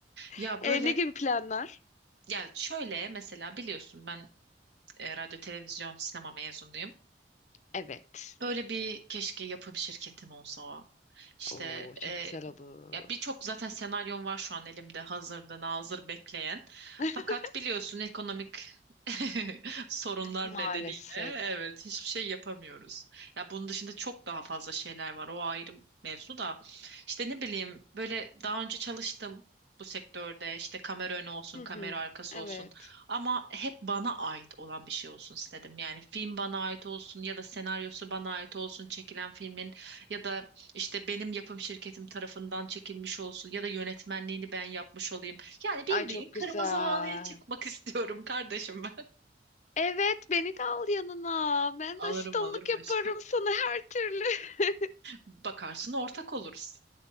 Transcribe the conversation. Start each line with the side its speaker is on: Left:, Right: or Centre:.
Left: <laughs>
Right: Ya
Left: E,
Right: böyle
Left: ne gibi planlar?
Right: ya şöyle mesela biliyorsun ben e, radyo, televizyon, sinema mezunuyum.
Left: Evet.
Right: Böyle bir keşke yapım şirketim olsa. o. İşte
Left: Oo, çok
Right: e,
Left: güzel olur.
Right: ya birçok zaten senaryon var şu an elimde hazırda nazır bekleyen.
Left: <laughs>
Right: Fakat biliyorsun ekonomik <laughs> sorunlar
Left: Maalesef.
Right: nedeniyle evet hiçbir şey yapamıyoruz. Ya bunun dışında çok daha fazla şeyler var. O ayrı mevzu da. İşte ne bileyim böyle daha önce çalıştım bu sektörde. İşte kamera önü olsun,
Left: Hı
Right: kamera
Left: hı,
Right: arkası
Left: evet.
Right: olsun. Ama hep bana ait olan bir şey olsun istedim. Yani film bana ait olsun ya da senaryosu bana ait olsun çekilen filmin ya da işte benim yapım şirketim tarafından çekilmiş olsun ya da yönetmenliğini ben yapmış olayım. Yani bildiğin
Left: Ay çok güzel.
Right: kırmızı halıya çıkmak <laughs> istiyorum kardeşim ben.
Left: Evet, beni de al yanına. Ben
Right: Alırım
Left: de asistanlık
Right: alırım
Left: yaparım
Right: aşkım.
Left: sana her türlü. <laughs>
Right: Bakarsın ortak oluruz.